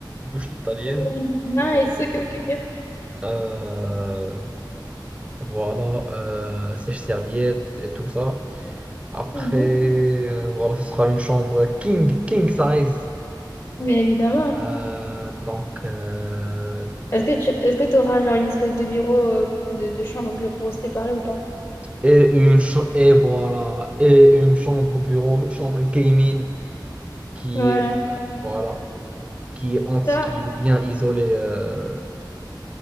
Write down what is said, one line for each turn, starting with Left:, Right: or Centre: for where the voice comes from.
Right: Douche italienne.
Left: Mm, Nice, ok, ok, ok.
Right: Euh, voilà, euh, sèche-serviette et tout ça. Après,
Left: Mhm.
Right: euh, voilà, ce sera une chambre king, king size.
Left: Bien évidemment.
Right: Euh, donc, euh,
Left: Est-ce que tu est-ce que t'auras genre une espèce de bureau, euh, de, de chambre, bureau séparé ou pas?
Right: et, une cha- et voilà, et une chambre bureau, chambre gaming qui
Left: Ouais.
Right: est, voilà, qui est, anti-
Left: Ça,
Right: qui est bien isolée, euh,